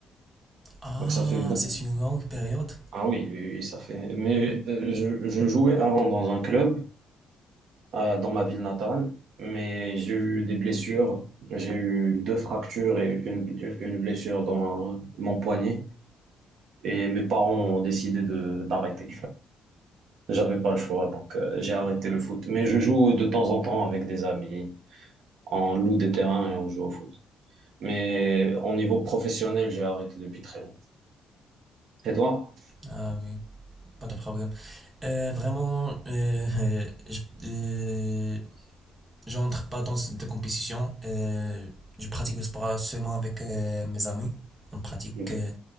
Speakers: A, on the right (about 20°); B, on the right (about 70°).
A: Ah,
B: Donc ça fait beaucoup.
A: c'est une longue période.
B: Ah oui, oui, oui, ça fait. Mais euh, je, je jouais avant dans un club. euh, dans ma ville natale, mais j'ai eu des blessures. J'ai eu deux fractures et une, une blessure dans mon poignet. Et mes parents ont décidé de d'arrêter. J'avais pas le choix, donc euh, j'ai arrêté le foot. Mais je joue de temps en temps avec des amis, on loue des terrains et on joue au foot. Mais au niveau professionnel, j'ai arrêté depuis très longtemps. Et toi?
A: Ah oui, pas de problème. Euh, vraiment, euh, <laughs> je, euh, j'entre pas dans de compétition. Euh, je pratique le sport seulement avec euh, mes amis. On pratique,
B: Ok,
A: euh,